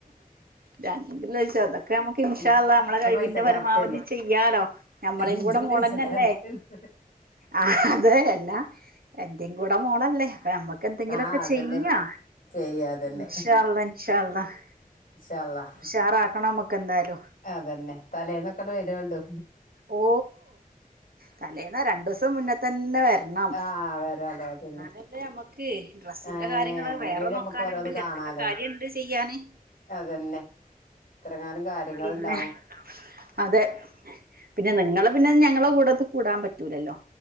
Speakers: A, on the right; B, on the left.
A: രണ്ടുലക്ഷം അതൊക്കെ നമുക്ക് ഇഷാല്ല
B: ഇജ്ജ്
A: നമ്മളെ കഴിവിന്റെ
B: പൈസക്കാരത്തിയല്ലേ
A: പരമാവ ചെയ്യാലോ ഞമ്മള
B: ഇജ്ജ്
A: കൂടെ
B: പൈസക്കാരത്തിയല്ലേ
A: മോളന്നല്ലേ ആഹ് അതേ അല്ലാ എന്റെയും കൂടെ മോളല്ലേ അപ്പ നമ്മക്ക് എന്തെങ്കിലൊക്കെ
B: ആ അതന്നെ
A: ചെയ്യാ
B: ചെയ്യ അതന്നെ
A: ഇൻഷാ അല്ലാഹ് ഇൻഷാ അല്ലാഹ്
B: ഇൻഷാ അള്ളാ
A: ഉഷാറാക്കണം മക്കെ എന്തായാലും
B: അതന്നെ തലേന്നൊക്കെ വരോണ്ടു
A: ഓ തലേന്നോ രണ്ട് ദിവസം മുന്നേ തന്നെ വരണം
B: ആ വരാലോ അതന്നെ
A: എന്നാലല്ലേ മ്മക്ക് ഡ്രസ്സിന്റെ
B: ഏ
A: കാര്യങ്ങള്
B: എങ്ങനെയാലും
A: വേറെ നോക്കാനുണ്ട്
B: നമുക്ക് ഓരോന്ന് കാണാലോ
A: എന്തൊക്കെ കാര്യങ്ങളുണ്ട് ചെയ്യാന്
B: അതന്നെ ഇത്രങ്ങാനം കാര്യങ്ങുണ്ടാവും
A: പിന്നെ അതെ പിന്നെ നിങ്ങള് പിന്നെ ഞങ്ങളെ കൂടെ കൂടാൻ പറ്റൂലല്ലോ